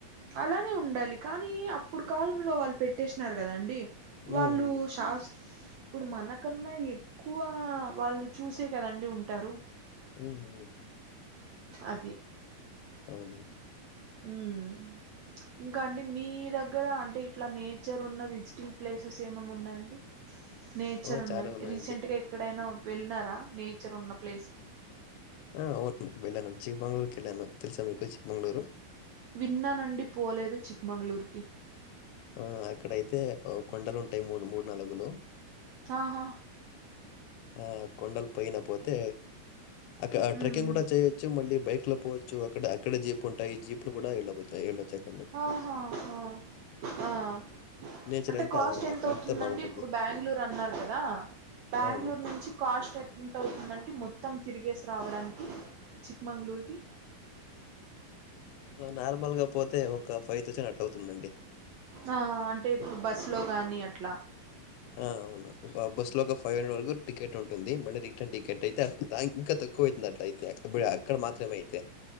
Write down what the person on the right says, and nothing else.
అలానే ఉండాలి కానీ అప్పుడు కాలంలో వాళ్ళు పెట్టేసినారు కదండి
వాళ్ళు
శాస్త ఇప్పుడు మనకన్నా ఎ క్కువ వాళ్ళు చూసే కదండి ఉంటారు
అది
ఉమ్మ్
ఇంకా అండి మీ దగ్గర అంటే ఇట్లా నేచర్ ఉన్న విజిటింగ్ ప్లేసెస్ ఏమేం ఉన్నాయండి నేచర్
ఉన్నవి
రీసెంట్ గా ఎక్కడైనా వెళ్ళినారా నేచర్ ఉన్న ప్లేస్ కి
విన్నానండి పోలేదు చిక్మంగళూరు కి
ఆహా
ఉమ్
ఆహాహా ఆహ్
అంటే
కాస్ట్ ఎంత అవుతుందండి
ఇప్పుడు బ్యాంగ్ళూర్ అన్నారు కదా బ్యాంగ్ళూర్
నుంచి కాస్ట్ ఎన్ తవుతుందంటి మొత్తం తిరిగేసి రావడానికి చిక్మంగళూరు కి
ఆ అంటే ఇప్పుడు బస్సు లో గాని అట్లా